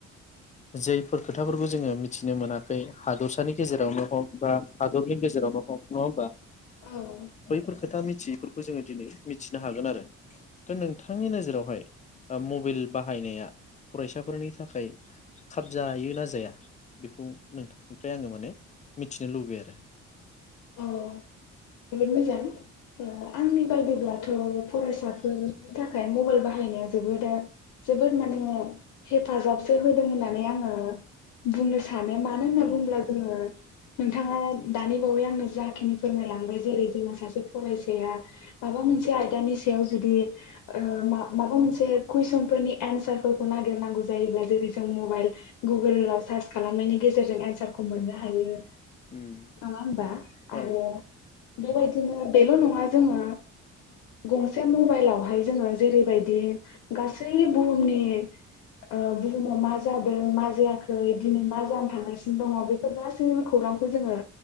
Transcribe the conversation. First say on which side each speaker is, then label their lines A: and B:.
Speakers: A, on the left; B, on the left.
A: जैफोर खोथाफोरखौ जोङो मिथिनो मोनाखै हादरसानि गेजेरावनो हग बा हादरनि गेजेरावनो हग नङा होमबा।
B: औ
A: बैफोर खोथा मिथियिफोर खौ जों दिनै मिथिनो हागोन आरो दा नोंथांनि नोजोरावहाय मबाइल बाहायनाया फरायसाफोरनि थाखाय खाब जायो ना जाया बेखौ नोंथांनिफ्राय आङो माने मिथिनो लुबैयो आरो।?
B: अ जोबोद मोजां आंनि बायदिब्लाथ' फरायसाफोरनि थाखाय मबाइल बाहायनाया जोबोद जोबोद माने हेफाजाबसो होदों होननानै आङो बुंनो सानो मानो होनना
A: औ
B: बुंङोब्ला
A: औ
B: जोङो। नोंथाङा दानि बावै आंनो जाखिनि फोरमायलांबाय जेरै जोङो सासे फरायसाया माबा मोनसे आयदानि सायाव जुदि माबा मोनसे कुइसन फोरनि एन्सारफोरखौ नागिरनांगौ जायोब्ला जेरै जों मबाइल गुगोलाव सार्च खालामनायनि गेजेरजों एन्सारखौ मोननो हायो।
A: उम
B: नङा होमबा।
A: औ
B: आरो बेबायदिनो बेल' नङा जोङो गंसे मबाइलावहाय जोङो जेरैबायदि गासै बुहुमनि बुहुमाव मा जादों मा जायाखै दिनै मा जानो थांगासिनो दङ बेफोर गासैबो खौरांखौ जोङो